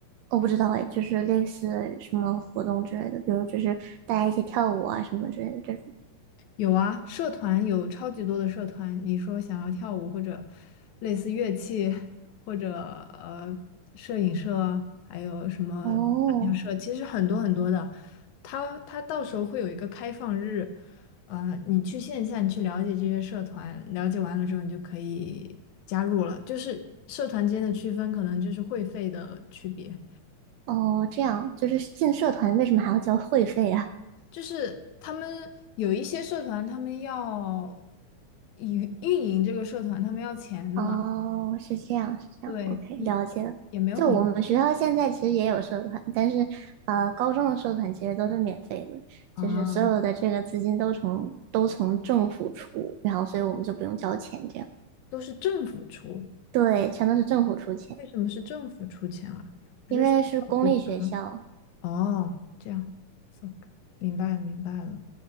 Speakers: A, on the right; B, on the left.
A: 我不知道哎，就是类似什么活动之类的，比如就是大家一起跳舞啊什么之类的这种。
B: 有啊，社团有超级多的社团。你说想要跳舞或者类似乐器，或者呃摄影社，还有什么篮球社，
A: 哦
B: 其实很多很多的。它它到时候会有一个开放日，呃，你去线下你去了解这些社团，了解完了之后你就可以加入了。就是社团间的区分可能就是会费的区别。
A: 哦，这样就是进社团为什么还要交会费啊？
B: 就是他们有一些社团，他们要运运营这个社团，他们要钱的嘛，
A: 哦，是这样是这样，OK，
B: 对，也
A: 了解了。
B: 也没有很贵
A: 就我们学校现在其实也有社团，但是呃，高中的社团其实都是免费的，
B: 啊，
A: 就是所有的这个资金都从都从政府出，然后所以我们就不用交钱这样。
B: 都是政府出。
A: 对，全都是政府出钱，
B: 为什么是政府出钱啊？不是学校出钱？
A: 因为是公立学校。
B: 哦，这样，so，明白了明白了。